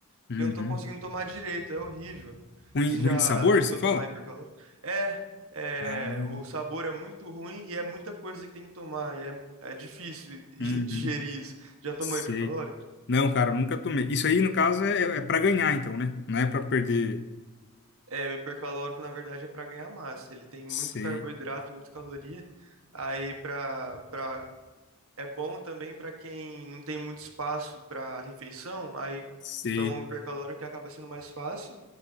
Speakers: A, on the right; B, on the left.
A: que
B: Uhum.
A: eu não tô conseguindo tomar direito, é horrível.
B: Ruim,
A: Você já
B: ruim de sabor,
A: tentou
B: você fala?
A: tomar hipercalórico? É, é,
B: Ah,
A: o sabor é muito ruim e é muita coisa que tem que tomar, e é, é difícil <laughs>
B: uhum.
A: digerir isso. Já tomou
B: Sei.
A: hipercalórico?
B: Não, cara, eu nunca tomei. Isso aí, no caso, é, é para ganhar, então, né? Não é para perder.
A: É, o hipercalórico, na verdade, é para ganhar massa. Ele tem
B: Sei,
A: muito carboidrato, muita caloria. Aí para para é bom também para quem não tem muito espaço para refeição, aí
B: sei.
A: toma um hipercalórico que acaba sendo mais fácil.